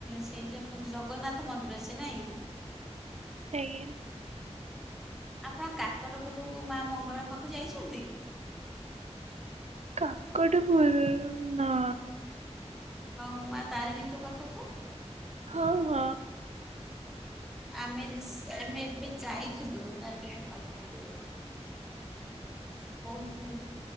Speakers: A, in the centre; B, on the right.
A: ସେଇଠି ଆପଣ ଜଗନ୍ନାଥ ମନ୍ଦିର ସେ ନାଇଁ?
B: ଆଜ୍ଞା।
A: ଆପଣ କାକଟପୁରୁ ମା ମଙ୍ଗଳାଙ୍କ ପାଖକୁ ଯାଇଛନ୍ତି?
B: କାକଟପୁରୁ ରୁ ନା।
A: ଆଉ ମା ତାରିଣୀଙ୍କ ପାଖକୁ?
B: ହଁ, ହଁ।
A: ଆମେ ରିସେ ଆମେ ଏବେ ଯାଇଥିଲୁ ତାରିଣୀଙ୍କ ପାଖକୁ। ବହୁତୁ